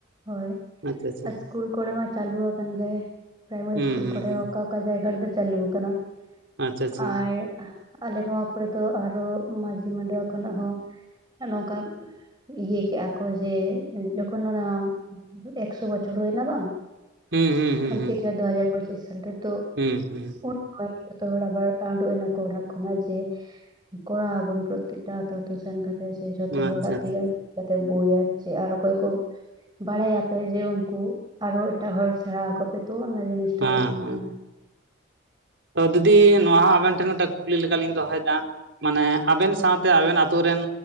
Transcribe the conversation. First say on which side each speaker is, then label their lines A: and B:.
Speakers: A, on the right; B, on the right.
A: ᱦᱚᱭ ᱾
B: ᱟᱪᱪᱷᱟ ᱟᱪᱪᱷᱟ
A: ᱤᱥᱠᱩᱞ ᱠᱚᱨᱮ ᱢᱟ ᱪᱟᱹᱟᱞᱩᱣᱟ ᱜᱮ ᱯᱨᱟᱭᱢᱟᱨᱤ
B: ᱦᱩᱸ
A: ᱤᱥᱠᱩᱞ
B: ᱦᱩᱸ
A: ᱠᱚᱨᱮ
B: ᱦᱩᱸ
A: ᱚᱠᱟ ᱚᱠᱟ ᱡᱟᱭᱜᱟ ᱨᱮᱫᱚ ᱪᱟᱹᱞᱩ ᱟᱠᱟᱱᱟ ᱾
B: ᱟᱪᱪᱷᱟ ᱟᱪᱪᱷᱟ
A: ᱟᱨ ᱟᱞᱮ ᱱᱚᱣᱟ ᱠᱚᱨᱮ ᱫᱚ ᱟᱨᱦᱚ ᱢᱟᱺᱡᱷᱤ ᱢᱟᱰᱣᱟ ᱠᱷᱚᱱᱟᱜ ᱦᱚᱸ, ᱱᱚᱝᱠᱟᱱ ᱤᱭᱟᱹ ᱠᱮᱜᱼᱟᱠᱚ ᱡᱮ ᱡᱚᱠᱷᱚᱱ ᱚᱱᱟ ᱮᱠ ᱥᱚ ᱵᱚᱪᱷᱚᱨ ᱦᱩᱭᱱᱟ ᱵᱟᱝ
B: ᱦᱩᱸ ᱦᱩᱸ ᱦᱩᱸ
A: ᱮᱱᱛᱮ ᱠᱷᱟᱡ ᱫᱚ ᱫᱩ ᱦᱟᱡᱟᱨ ᱯᱚᱸᱪᱤᱥ ᱥᱟᱞ ᱨᱮᱛᱚᱼᱼ
B: ᱦᱩᱸ ᱦᱩᱸ ᱾
A: ᱩᱱ <inaudible> ᱡᱚᱛᱚ ᱦᱚᱲ ᱟᱵᱟᱨ ᱟᱸᱰᱳᱜ ᱮᱱᱟᱠᱚ ᱚᱲᱟᱜ ᱠᱷᱚᱱᱟᱜ ᱡᱮ ᱠᱚᱨᱟᱣ ᱟᱵᱚᱱ ᱯᱨᱚᱛᱛᱮᱠᱴᱟ ᱟᱛᱳ ᱟᱛᱳ ᱥᱮᱱ ᱠᱟᱛᱮᱜ ᱡᱷᱚᱛᱚ
B: ᱦᱩᱸ ᱟᱪᱪᱷᱟ
A: ᱦᱚᱲᱟᱜ
B: ᱟᱪᱪᱷᱟ
A: ᱛᱤᱨᱮᱱ ᱪ <inaudible> ᱠᱟᱛᱮ ᱵᱳᱭ ᱟᱨ ᱚᱠᱚᱭ ᱠᱚ, ᱵᱟᱲᱟᱭ-ᱟᱯᱮ ᱡᱮ ᱩᱱᱠᱩ ᱟᱨᱚ ᱮᱴᱟᱜ ᱦᱚᱲ ᱥᱮᱬᱟ ᱟᱠᱚ ᱯᱮ ᱛᱚ ᱚᱱᱟ ᱡᱤᱱᱤᱥ ᱴᱟᱜ
B: ᱦᱮᱸ
A: ᱦᱳᱭᱳᱜ ᱠᱟᱱ
B: ᱦᱮᱸ
A: ᱛᱟᱸᱦᱮᱱᱟ ᱾
B: ᱛᱚ ᱫᱤᱫᱤ ᱱᱚᱣᱟ ᱦᱚᱸ ᱟᱵᱮᱱ ᱴᱷᱮᱱ ᱢᱤᱫ ᱴᱮᱱ ᱠᱩᱠᱞᱤ ᱞᱮᱠᱟ ᱞᱤᱧ ᱫᱚᱦᱚᱭᱮᱫᱟ ᱾ ᱢᱟᱱᱮ ᱟᱵᱮᱱ ᱥᱟᱶᱛᱮ ᱟᱵᱮᱱ ᱟᱛᱳ ᱨᱮᱱ